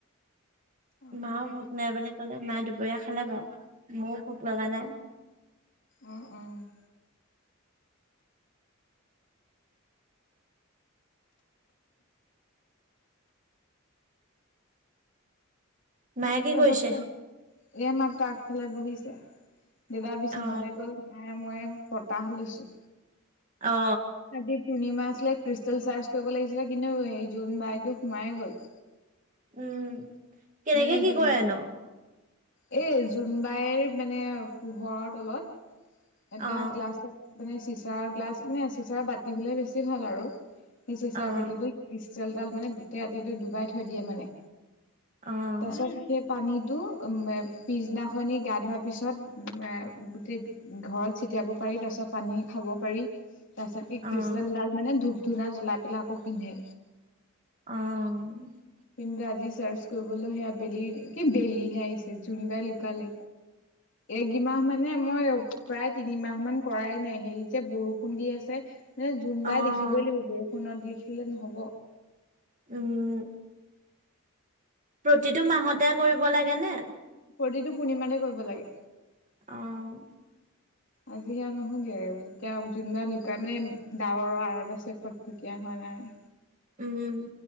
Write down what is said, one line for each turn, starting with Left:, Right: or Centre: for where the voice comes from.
Left: অ',
Right: মাও ভোক নাই বুলি কলে মায়ে দুপৰীয়া খালে বাৰু ময়ো ভোক লগা নাই
Left: অ', অ'।
Right: মায়ে কি
Left: তাৰ
Right: কৰিছে
Left: পিছত তো এ মাত্ৰ আগফালে বহিছে দেউতায়ে বিচনালে
Right: অ
Left: গ'ল আয় মই বতাহ লৈছো
Right: অ
Left: আজি পূৰ্ণিমা আছে। ক্লিক ক্ৰিষ্টেল চাৰ্চ কৰিব লাগিছিলে কিন্তু এই জোন বাইটো সোমাইে গ'ল
Right: উম কেনেকে
Left: মানে
Right: কি
Left: জোন
Right: কৰে
Left: বাই,
Right: ন'?
Left: এই জোনবাইৰ মানে পোহৰৰ তলত এটা
Right: অ',
Left: গ্লাছত মানে চিচাৰ গ্লাছ মানে চিচাৰ বাতি হ'লে বেছি ভাল আৰু সেই চিচাৰ
Right: অ',
Left: বাতিটো ক্ৰিষ্টেলডাল মানে গোটেই ৰাতিটো ডুবাই থৈ দিয়ে মানে।
Right: অ'।
Left: তাৰপিছত সেই পানীটো আম এ পিছদিনা খনে গা ধোৱাৰ পিছত উম এ গোটেই ঘৰত ছিত টিয়াব পাৰি তাৰপিছত পানী খাব পাৰি তাৰ পিছত ই ক্ৰিষ্টেলডাল
Right: অ',
Left: মানে ধূপ ধুনা জ্বলাই পেলাই আকৌ পিন্ধে।
Right: অ'।
Left: কিন্তু আজি চাৰ্চ কৰিবলৈ সেয়া বেলি কি বেলিহে আহিছে জোনবাই লুকালে। এগমাহ মানে মই প্ৰায় তিনিমাহ মান কৰাই নাই হেৰি যে বৰষুণ দি আছে। নানে জোনবাই
Right: অ',
Left: দেখিবই লাগিব ফোনত দেখিলে নহব।
Right: উম'। প্ৰতিটো মাহতে কৰিব লাগে নে?
Left: প্ৰতিটো পূৰ্ণিমাতে কৰিব লাগে।
Right: অ'।
Left: আজি সেয়া নহ'লে এতিয়া জোনবাই লুকাই মানে ডাৱৰৰ আঁৰত আছে ফটফটীয়া হোৱা নাই। নাই।
Right: উম।